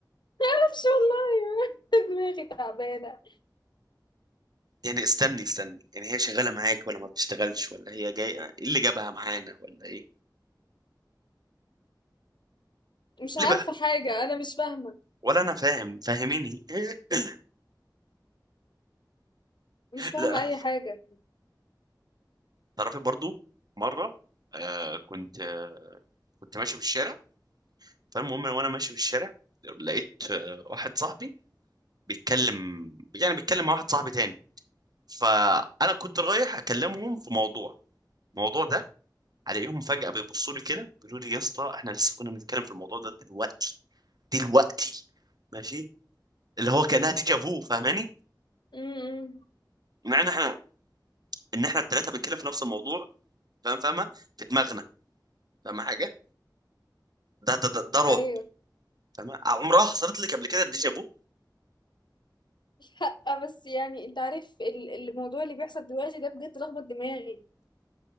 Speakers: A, on the left (about 80°); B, on the right (about 60°).
A: معرفش والله <laughs> دماغي تعبانه
B: يعني استني استني يعني هي شغاله معاك ولا ما بتشتغلش ولا هي جايه ايه اللي جابها معانا ولا ايه
A: مش عارفه
B: ليه بقى
A: حاجه انا مش فاهمه
B: ولا انا فاهم فاهميني <laughs>
A: مش فاهمه
B: لا
A: اي حاجه
B: تعرفي برضو مره آه كنت آه كنت ماشي بالشارع فالمهم وانا ماشي بالشارع لقيت آه واحد صاحبي بيتكلم يعني بيتكلم مع واحد صاحبي تاني فانا كنت رايح اكلمهم في موضوع الموضوع ده عليهم فجأة بيبصوا لي كده بيقولوا لي يا اسطى احنا لسه كنا بنتكلم في الموضوع ده دلوقتي دلوقتي ماشي اللي هو كانها ديجا فو فاهماني
A: امم
B: معنى احنا ان احنا الثلاثه بنتكلم في نفس الموضوع فاهم فاهمه في دماغنا فاهمه حاجه ده ده ده, ده رعب
A: ايوه
B: فاهمه عمرها حصلت لك قبل كده الديجا فو
A: لا بس يعني انت عارف ال- الموضوع اللي بيحصل دلوقتي ده بجد لخبط دماغي